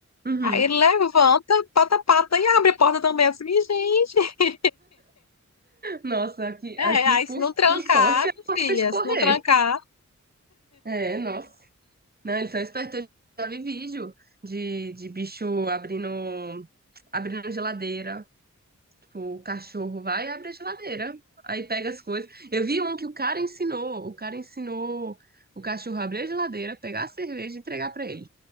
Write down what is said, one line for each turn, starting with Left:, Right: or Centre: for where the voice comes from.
Right: Uhum.
Left: Aí ele levanta, pata a pata e abre a porta também. Eu disse, "Minha gente. <laughs>
Right: Nossa, aqui,
Left: É,
Right: aqui
Left: aí se
Right: por,
Left: não trancar,
Right: por sorte, é
Left: minha
Right: porta
Left: filha,
Right: de correr.
Left: se não trancar,
Right: É, nossa. Não, eles são espertos. Eu já vi vídeo de, de bicho abrindo, abrindo geladeira, O cachorro vai e abre a geladeira. Aí pega as coisas. Eu vi um que o cara ensinou. O cara ensinou o cachorro a abrir a geladeira, pegar a cerveja e entregar pra ele.